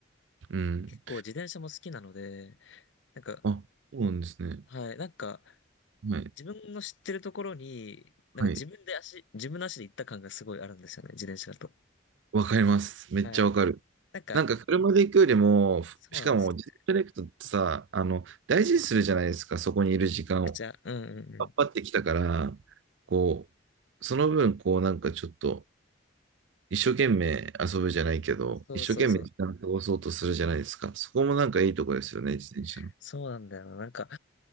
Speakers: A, on the right; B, on the left.
A: うん。
B: 結構自転車も好きなので、なんか、
A: あ、そうなんですね。
B: はい、なんか、
A: はい。
B: 自分の知ってるところに、なんか自分で足、
A: はい。
B: 自分の足で行った感がすごいあるんですよね、自転車だと。
A: わかります。めっちゃわかる。
B: はい。なんか、
A: なんか車で行くよりも、ふしかも自転車で行くとさ、
B: そうなんですよね。
A: あの、大事にするじゃないですか、そこにいる時間を。
B: めちゃくちゃ、うんうんうん。
A: 頑張ってきたから、こう、その分、こう、なんかちょっと、一生懸命遊ぶじゃないけど、
B: そうそうそう。
A: 一生懸命時間を過ごそうとするじゃないですか。そこもなんかいいとこですよね、
B: そう
A: 自転車の。
B: そうなんだよな。なんか、